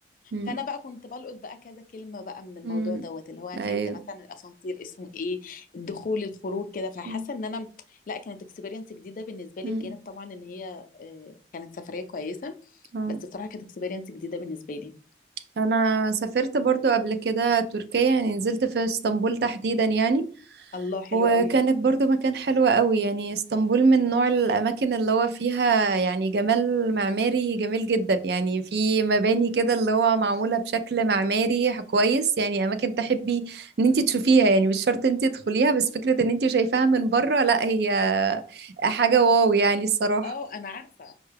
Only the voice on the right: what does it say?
مم.
مم.
ايوه
مم.
مم.
اه
انا سافرت برضو قبل كده تركيا يعني نزلت في اسطنبول تحديدا يعني
وكانت
برضو مكان حلو قوي يعني اسطنبول من نوع الأماكن اللي هو فيها يعني جمال معماري جميل جدا يعني في مباني كده اللي هو معمولة بشكل معماري كويس يعني أماكن تحبي إن انتي تشوفيها يعني مش شرط انتي تدخليها بس فكرة إن انتي شايفاها من بره لا هي حاجة واو يعني الصراحة